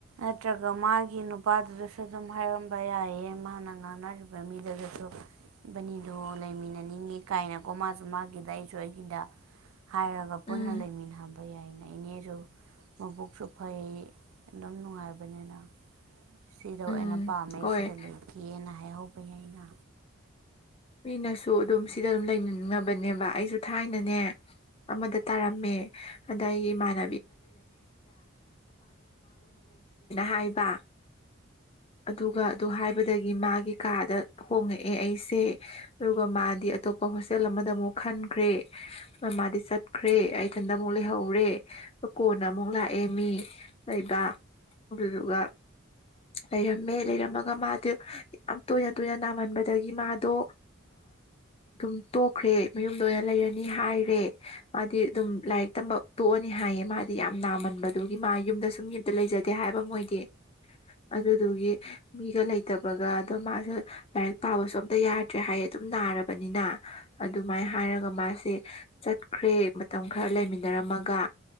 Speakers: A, on the right; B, on the left.
A: ꯅꯠꯇ꯭ꯔꯒ ꯃꯥꯒꯤ ꯅꯨꯄꯥꯗꯨ ꯑꯗꯨꯁꯨ ꯑꯗꯨꯝ ꯍꯥꯏꯔꯝꯕ ꯌꯥꯏꯌꯦ ꯃꯥꯅ ꯉꯥꯡꯅꯔꯤꯕ ꯃꯤꯗꯨꯗꯁꯨ ꯕꯅꯤꯗꯣ ꯂꯩꯃꯤꯟꯅꯅꯤꯡꯉꯤ ꯀꯥꯏꯅꯀꯣ ꯃꯥꯁꯨ ꯃꯥꯒꯤꯗ ꯑꯩꯁꯨ ꯑꯩꯒꯤꯗ ꯍꯥꯏꯔꯒ ꯄꯨꯟꯅ
B: ꯎꯝ
A: ꯂꯩꯃꯤꯟꯅꯍꯕ ꯌꯥꯏꯅ ꯏꯅꯦꯁꯨ ꯃꯕꯨꯛꯁꯨ ꯐꯩ ꯑꯗꯨꯝ ꯅꯨꯡꯉꯥꯏꯕꯅꯤꯅ ꯁꯤꯗꯣ
B: ꯎꯝ
A: ꯑꯩꯅ ꯄꯥꯝꯅꯩ
B: ꯍꯣꯏ
A: ꯁꯤꯗ ꯂꯩꯈꯤꯦꯅ ꯍꯥꯏꯍꯧꯕ ꯌꯥꯏꯩꯅ
B: ꯃꯤꯅꯁꯨ ꯑꯗꯨꯝ ꯁꯤꯗ ꯑꯗꯨꯝ ꯂꯩꯅꯅꯕ ꯅꯦꯕ ꯑꯩꯁꯨ ꯊꯥꯏꯅꯅꯦ ꯑꯃꯗ ꯇꯥꯔꯝꯃꯦ ꯑꯗ ꯑꯩ ꯏꯃꯥꯟ ꯍꯥꯏꯕ ꯑꯗꯨꯒ ꯑꯗꯨ ꯍꯥꯏꯕꯗꯒꯤ ꯃꯥꯒꯤ ꯀꯥꯗ ꯍꯣꯡꯉꯛꯑꯦ ꯑꯩꯁꯦ ꯑꯗꯨꯒ ꯃꯥꯗꯤ ꯑꯇꯣꯞꯄ ꯍꯣꯁꯇꯦꯜ ꯑꯃꯗ ꯑꯃꯨꯛ ꯈꯟꯈ꯭ꯔꯦ ꯃꯥꯗꯤ ꯆꯠꯈ꯭ꯔꯦ ꯏꯊꯟꯗ ꯑꯃꯨꯛ ꯂꯩꯍꯧꯔꯦ ꯀꯣꯟꯅ ꯑꯃꯨꯛ ꯂꯥꯛꯑꯦ ꯃꯤ ꯂꯩꯕ ꯍꯧꯕꯤꯔꯒ ꯂꯩꯔꯝꯃꯦ ꯂꯩꯔꯝꯃꯒ ꯃꯥꯗꯤ ꯌꯥꯝ ꯇꯣꯏꯅ ꯇꯣꯏꯅ ꯅꯥꯝꯃꯟꯕꯗꯒꯤ ꯃꯥꯗꯣ ꯑꯗꯨꯝ ꯇꯣꯛꯈ꯭ꯔꯦ ꯃꯌꯨꯝꯗ ꯑꯣꯏꯅ ꯂꯩꯔ ꯅꯤ ꯍꯥꯏꯔꯦ ꯃꯥꯗꯤ ꯑꯗꯨꯝ ꯂꯥꯏꯔꯤꯛ ꯇꯝꯕ ꯇꯣꯛꯑꯅꯤ ꯍꯥꯏꯌꯦ ꯃꯥꯗꯤ ꯌꯥꯝ ꯅꯥꯃꯟꯕꯗꯨꯒꯤ ꯃꯥ ꯌꯨꯝꯗ ꯁꯨꯝ ꯌꯨꯝꯗ ꯂꯩꯖꯗꯦ ꯍꯥꯏꯕ ꯃꯣꯏꯗꯤ ꯑꯗꯨꯗꯨꯒꯤ ꯃꯤꯒ ꯂꯩꯇꯕꯒ ꯑꯗꯣ ꯃꯥꯁꯨ ꯂꯥꯏꯔꯤꯛ ꯄꯥꯕꯁꯨ ꯑꯝꯇ ꯌꯥꯔ ꯇ꯭ꯔꯦ ꯍꯥꯏꯌꯦ ꯑꯗꯨꯝ ꯅꯥꯔꯕꯅꯤꯅ ꯑꯗꯨꯃꯥꯏꯅ ꯍꯥꯏꯔꯒ ꯃꯥꯁꯦ ꯆꯠꯈ꯭ꯔꯦ ꯃꯇꯝ ꯈꯔ ꯂꯩꯃꯤꯟꯅꯔꯝꯃꯒ